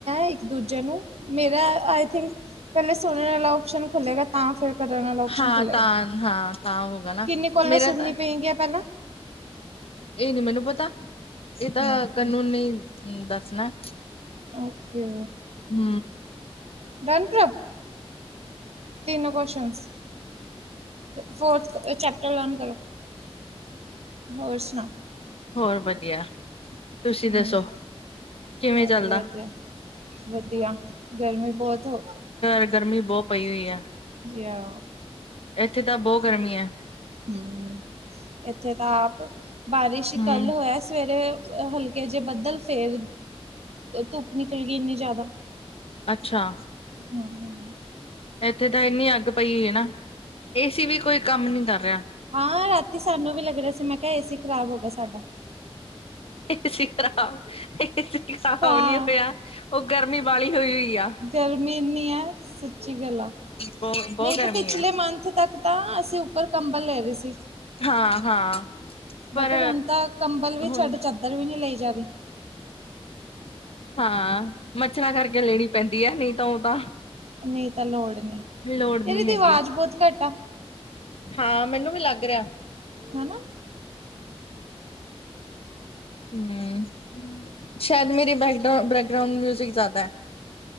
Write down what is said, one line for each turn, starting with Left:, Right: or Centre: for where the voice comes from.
Right: ਇੱਕ-ਦੂਜੇ ਨੂੰ, ਮੇਰਾ ਆਈ ਥਿੰਕ ਪਹਿਲੇ ਸੁਣਨ ਵਾਲਾ ਔਪਸ਼ਨ ਖੁੱਲੇਗਾ ਤਾਂ ਫਿਰ ਕਰਨ ਵਾਲਾ ਔਪਸ਼ਨ
Left: ਹਾਂ
Right: ਖੁੱਲੇਗਾ,
Left: ਤਾਂ ਹਾਂ ਤਾਂ ਹੋਗਾ ਨਾ
Right: ਕਿੰਨੀ ਕੌਲਾਂ
Left: ਮੇਰਾ
Right: ਸੁਣਨੀ
Left: ਤਾਂ
Right: ਪਏਂਗੀਆਂ ਪਹਿਲਾਂ?
Left: ਇਹ ਨੀ ਮੈਨੂੰ ਪਤਾ, ਇਹ ਤਾਂ
Right: ਓਕੇ,
Left: ਤੰਨੂ ਨੇ ਈ ਦੱਸਣਾ।
Right: ਓਕੇ।
Left: ਹੂੰ
Right: ਡਨ ਪ੍ਰਭ ਤਿੰਨ ਕੋਸ਼ਚਨਸ, ਫੋਰਥ ਚੈਪਟਰ ਲਰਨ ਕਰੋ। ਹੋਰ ਸੁਣਾ?
Left: ਹੋਰ ਵਧੀਆ, ਤੁਸੀ ਦੱਸੋ,
Right: ਹਮ।
Left: ਕਿਵੇਂ
Right: ਮੈਂ
Left: ਚੱਲਦਾ?
Right: ਵੀ ਵਧੀਆ ਵਧੀਆ, ਗਰਮੀ ਬਹੁਤ ਹੋ
Left: ਅ ਗਰਮੀ ਬਹੁਤ ਪਈ ਹੋਈ ਆ।
Right: ਜੀ ਆ।
Left: ਇੱਥੇ ਤਾ ਬੋਤ ਗਰਮੀ ਐ।
Right: ਹੂੰ, ਇੱਥੇ ਤਾ ਆਪ, ਬਾਰਿਸ਼ ਈ
Left: ਹੂੰ,
Right: ਕੱਲ ਹੋਇਆ ਸਵੇਰੇ ਹਲ ਕੇ ਜੇ ਬੱਦਲ, ਫੇਰ ਧੁੱਪ ਨਿਕਲਗੀ, ਇੰਨੀ ਜ਼ਿਆਦਾ।
Left: ਅੱਛਾ।
Right: ਹਾਂ
Left: ਇੱਥੇ ਤਾਂ ਇੰਨੀ ਅੱਗ ਪਈ ਏ ਨਾ, ਏਸੀ ਵੀ ਕੋਈ ਕੰਮ ਨੀ ਕਰ ਰਿਹਾ।
Right: ਹਾਂ, ਰਾਤੀ ਸਾਨੂੰ ਵੀ ਲੱਗ ਰਿਹਾ ਸੀ, ਮੈਂ ਕਿਹਾ ਏਸੀ ਖ਼ਰਾਬ ਹੋਗਿਆ ਸਾਡਾ।
Left: ਏਸੀ ਖਰਾਬ, ਏਸੀ ਖਰਾਬ
Right: ਹਾਂ
Left: ਨੀ ਹੋਇਆ ਉਹ ਗਰਮੀ, ਬਾਹਲੀ ਹੋਈ ਹੋਈ ਆ।
Right: ਗਰਮੀ ਇੰਨੀ ਐ, ਸੱਚੀ ਗੱਲ ਆ,
Left: ਬਹੁ ਬਹੁਤ
Right: ਨਹੀਂ
Left: ਗਰਮੀ
Right: ਤਾਂ ਪਿਛਲੇ
Left: ਹੈ।
Right: ਮੰਥ ਤੱਕ ਤਾਂ, ਅਸੀਂ ਉੱਪਰ ਕੰਬਲ ਲੈ ਰਹੇ ਸੀ।
Left: ਹਾਂ-ਹਾਂ, ਪਰ
Right: ਬਟ ਹੁਣ ਤਾਂ ਕੰਬਲ ਵੀ
Left: ਹੁਣ
Right: ਛੱਡ, ਚੱਦਰ ਵੀ ਨਹੀਂ ਲਈ ਜਾਰੀ।
Left: ਹਾਂ, ਮੱਛਰਾਂ ਕਰਕੇ ਲੈਣੀ ਪੈਂਦੀ ਏ, ਨਹੀਂ ਤਾਂ, ਉਹ ਤਾਂ
Right: ਨਹੀਂ ਤਾਂ ਲੋੜ ਨਹੀਂ,
Left: ਲੋੜ ਨੀ
Right: ਇਹਦੀ ਤੇ
Left: ਹੈਗੀ।
Right: ਅਵਾਜ਼ ਬਹੁਤ ਘੱਟ ਆ।
Left: ਹਾਂ ਮੈਨੂੰ ਵੀ ਲੱਗ ਰਿਹਾ
Right: ਹਨ ਨਾ
Left: ਹੁੰ ਸ਼ਾਇਦ ਮੇਰੀ ਬੈਕ ਬੈਕਗਰਾਊਂਡ ਮਿਊਜਿਕ ਜ਼ਿਆਦਾ ਹੈ